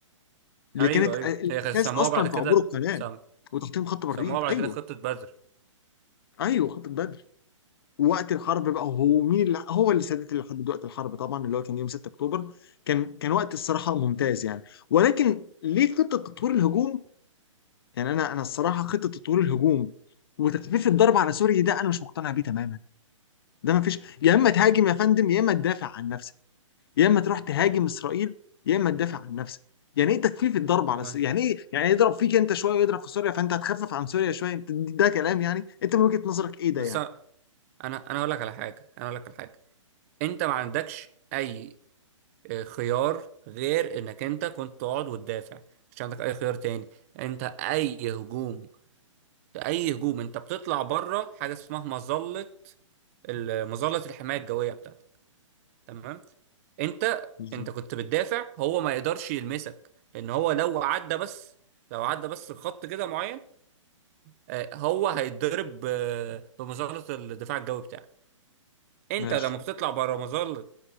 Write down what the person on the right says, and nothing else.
ايوه
ايوه
هي سموها
بعد كده
سم...
سموها بعد
كده خطه بدر
آه،
بس
انا انا اقول لك على حاجه انا اقول لك على حاجه انت ما عندكش اي آه، خيار غير انك انت كنت تقعد وتدافع مش عندك اي خيار تاني انت اي هجوم اي هجوم انت بتطلع بره حاجه اسمها مظله ال- مظله الحمايه الجويه بتاعتك تمام انت
انت كنت بتدافع هو ما يقدرش يلمسك لان هو لو عدى بس لو عدى بس خط كده معين آه، هو هيتضرب آه، بمظله الدفاع الجوي بتاعك انت
لما بتطلع بره مظله